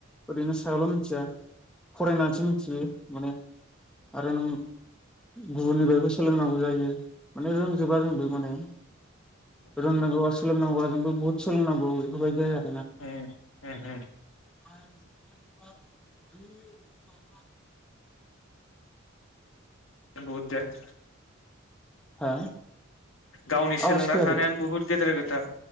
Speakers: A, in the centre; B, on the left.
A: ओरैनो सायावल' मिथिया फरायनानैसो मिथियो माने आरो नों गुबुननि बाइकखौ सोलोंनांगौ जायो। माने रोंजोबा जोंबो माने रोंनांगौबा सोलोंनांगौबा जोंबो बहुत सोलोंनांगौ बेफोरबायदि आरो
B: होम हो-हो
A: <unintelligible>
B: <unintelligible>
A: हो
B: गावनि सोलोंनानै
A: आवाज फैयाखै
B: थानायानो बुहुद गेदेर खोथा